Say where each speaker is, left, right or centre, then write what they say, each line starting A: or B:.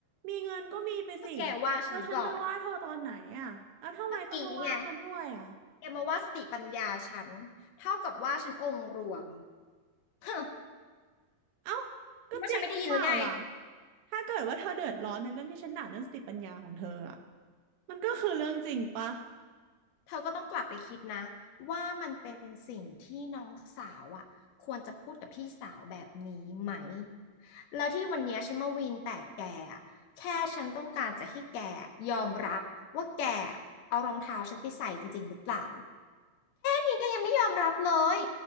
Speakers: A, on the right (about 80°); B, on the left (about 75°).
A: มีเงินก็มีไปสิ
B: ก็แกว่าฉันก่อน
A: แล้วฉันไปว่าเธอตอนไหนอ่ะแล้วทำไมต้องมาว่ากันด้วยอ่ะ
B: เมื่อกี้ไงแกมาว่าสติปัญญาฉันเท่ากับว่าฉันองค์รวมฮึ
A: เอ้า ก็จริงหรือเปล่าล่ะ
B: คิดว่าฉันไม่ได้ยินหรือไง
A: ถ้าเกิดว่าเธอเดือดร้อนในเรื่องที่ฉันด่าเรื่องสติปัญญาของเธออ่ะมันก็คือเรื่องจริงปะ
B: เธอก็ต้องกลับไปคิดนะว่ามันเป็นสิ่งที่น้องสาวอ่ะควรจะพูดกับพี่สาวแบบนี้ไหมแล้วที่วันเนี้ยฉันมาวีนแต่แกอะแค่ฉันต้องการจะให้แกยอมรับว่าแกเอารองเท้าฉันไปใส่จริงๆหรือเปล่า นี่แกยังไม่ยอมรับเลย